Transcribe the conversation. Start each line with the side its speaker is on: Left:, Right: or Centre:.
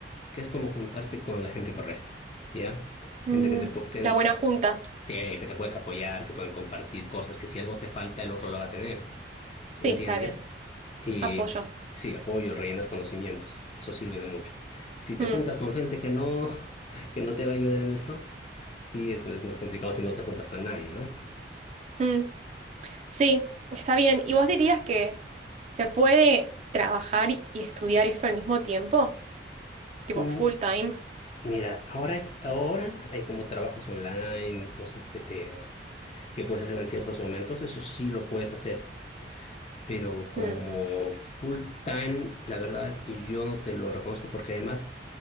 Left: que es como juntarte con la gente correcta, ¿ya?
Right: Mm,
Left: Gente que te, pu- que,
Right: la buena junta.
Left: sí, que te puedes apoyar, que pueden compartir cosas, que si algo te falta, el otro lo va a tener. ¿entiendes?
Right: Sí, está bien.
Left: Y
Right: Apoyo.
Left: sí, apoyo, rellenar conocimientos, eso sirve de mucho. Si te
Right: Mm,
Left: juntas con gente que no, <laughs> que no te va a ayudar en eso, sí, eso es muy complicado si no te juntas con nadie, ¿no?
Right: mm. Sí, está bien. ¿Y vos dirías que se puede trabajar y y estudiar esto al mismo tiempo? tipo
Left: Mm,
Right: full time.
Left: Mira, ahora es, ahora hay como trabajos online, cosas que te, que puedes hacer en ciertos momentos, eso sí lo puedes hacer, pero como
Right: Mm,
Left: full time, la verdad, yo no te lo reconozco porque además